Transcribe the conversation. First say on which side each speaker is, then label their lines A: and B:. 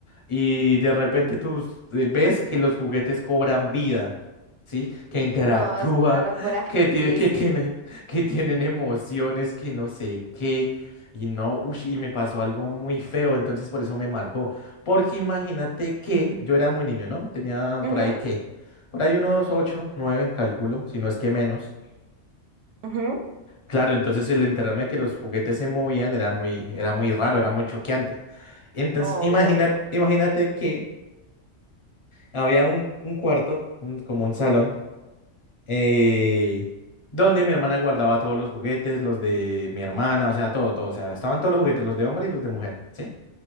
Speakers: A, on the left; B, on the right.
A: y de repente tú s- ves que los juguetes cobran vida, ¿sí? Que interactúan,
B: No, eso fue una locura.
A: <laughs>
B: <laughs>
A: que, tie-
B: Sí,
A: que,
B: sí.
A: tienen, que tienen emociones, que no sé qué. Y no, ush, y me pasó algo muy feo, entonces por eso me marcó. Porque imagínate que yo era muy niño, ¿no? Tenía
B: Ujú,
A: por ahí qué, por ahí unos ocho, nueve, calculo, si no es que menos.
B: ujú,
A: Claro, entonces el enterarme de que los juguetes se movían era muy, era muy raro, era muy choqueante. Entonces,
B: Obvio.
A: imagínate, imagínate que había un, un cuarto, un- como un salón, eh, donde mi hermana guardaba todos los juguetes, los de mi hermana, o sea, todo, todo. O sea, estaban todos los juguetes, los de hombre y los de mujer, ¿sí?